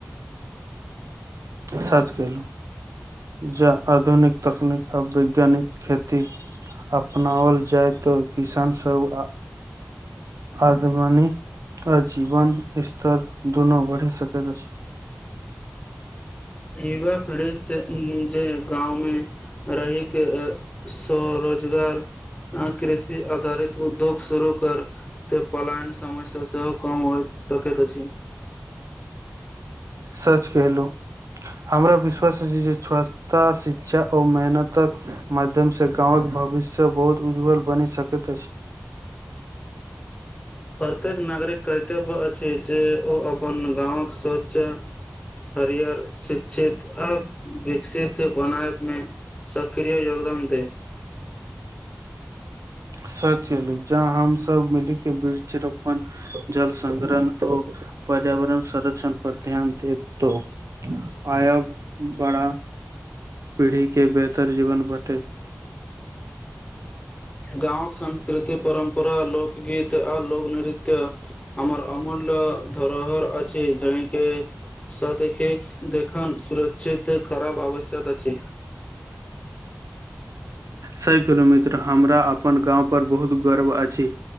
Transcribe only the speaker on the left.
इवा प्रेश से इ जे गाँवमे रहिके स्वरोजगार आ कृषि आधारित उद्योग शुरू कर त पलायन समस्या सेहो कम होइत सकैत अछि।
प्रत्येक नागरिक कर्तव्य अछि जे ओ अपन गांवक शोचा हरियर शिक्षित आ विकसित बनायब मे सक्रिय योगदान <unintelligible>
गाँवक संस् कृति परम्परा लोकगीत आ लोक नृत्य हमर अमूल्य धरोहर अछी जाहि के साथ देखन सुरत चित खराब आवश्यक अछि।